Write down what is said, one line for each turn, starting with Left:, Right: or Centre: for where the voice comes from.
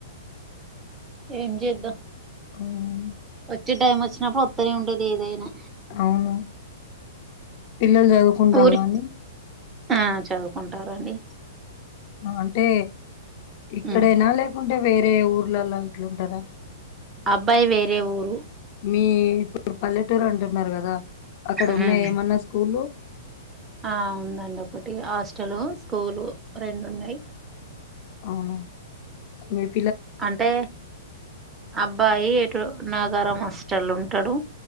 Right: ఏం చేద్దాం
Left: ఉమ్,
Right: వచ్చే టైం వచ్చినప్పుడు వత్తనే ఉంటది ఏదైనా
Left: అవును పిల్లలు చదువుకుంటలా
Right: ఊరి
Left: అండి
Right: ఆ చదువుకుంటరాండి
Left: అంటే ఇక్కడేనా
Right: ఉమ్
Left: లేకు కుంటే వేరే ఊర్లలా ఇట్ల ఉంటరా
Right: అబ్బాయి వేరే ఊరు
Left: మీ ఇప్పుడు పల్లెటూరు అంటున్నారు కదా అక్కడ
Right: ఉమ్
Left: ఉన్నాయ ఏమన్న స్కూల్ లు
Right: ఆ ఉందండి ఒకటి హాస్టలు స్కూలు రెండున్నయి
Left: అవును మీర్
Right: అంటే అబ్బాయి ఎటుర్ నాగారం హస్టల్ ఉంటడు